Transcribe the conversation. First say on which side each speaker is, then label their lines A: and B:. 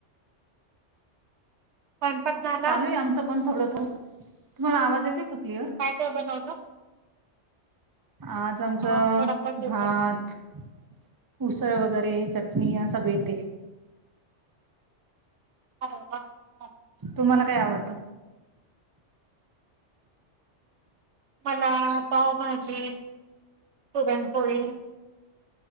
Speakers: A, on the right; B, on the right.
A: स्वयंपाक झाला
B: चालू आहे आमच पण थोडं तुम्हाला आवाज येते का. क्लिअर
A: काय काय बनवलं.
B: आज आमचं
A: अ, थोडा कट होतोय
B: भात ऊसा. ळ वगैरे चटणी अस ब येते.
A: <unintelligible>
B: तुम्हाला काय आवडतं?
A: मला पावभाजी, पुरणपोळी.